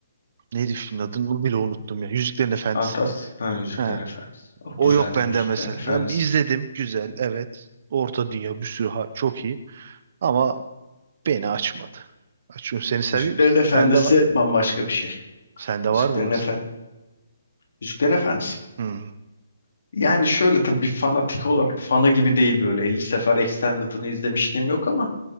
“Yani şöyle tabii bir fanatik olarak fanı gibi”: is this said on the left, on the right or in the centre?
Left